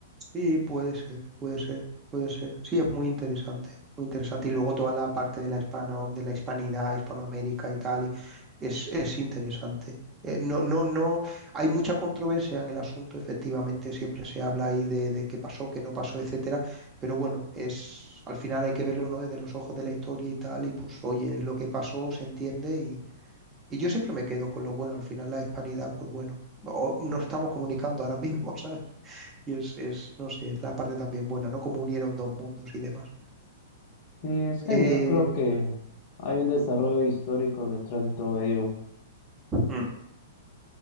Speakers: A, on the right; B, on the left.
A: Sí, puede ser, puede ser, puede ser. Sí, es muy interesante, muy interesante. Y luego toda la parte de la hispano, de la hispanidad, Hispanoamérica y tal, y es, es interesante. Eh, no, no, no, hay mucha controversia en el asunto, efectivamente, siempre se habla ahí de, de qué pasó, qué no pasó, etcétera, pero bueno, es, al final hay que verlo, ¿no? desde los ojos de la historia y tal, y pues, oye, es lo que pasó, se entiende y yo siempre me quedo con lo bueno. Al final la hispanidad, pues bueno, o- nos estamos comunicando ahora mismo, <laughs> ¿sabes? Y es, es, no sé, la parte también buena, ¿no? Como unieron dos mundos y demás.
B: Y es genial,
A: Eh,
B: creo que hay un desarrollo histórico detrás de todo ello.
A: Mm.